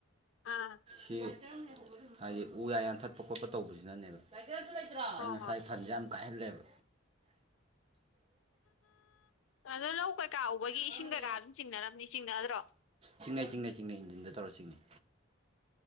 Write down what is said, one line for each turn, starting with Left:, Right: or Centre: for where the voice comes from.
Left: ꯑꯥ
Right: ꯁꯤ ꯍꯥꯏꯗꯤ ꯎ ꯌꯥ ꯌꯥꯟꯊꯠꯄ ꯈꯣꯠꯄ ꯇꯧꯕꯁꯤꯅꯅꯦꯕ
Left: ꯍꯣꯏ
Right: ꯑꯩ ꯉꯁꯥꯏ ꯐꯟꯁꯦ ꯌꯥꯝ ꯀꯥꯏꯍꯜꯂꯦꯕ
Left: ꯑꯗꯣ ꯂꯧ ꯀꯩꯀꯥ ꯎꯕꯒꯤ ꯏꯁꯤꯡ
Right: ꯑꯉꯥꯡꯒꯤ
Left: ꯀꯩꯀꯥ ꯑꯗꯨꯝ ꯆꯤꯡꯅꯔꯝꯅꯤ ꯆꯤꯡꯅꯗ꯭ꯔꯣ
Right: ꯆꯤꯡꯅꯩ ꯆꯤꯡꯅꯩ ꯆꯤꯡꯅꯩ ꯏꯟꯖꯤꯟꯗ ꯇꯧꯔ ꯆꯤꯡꯅꯤꯩ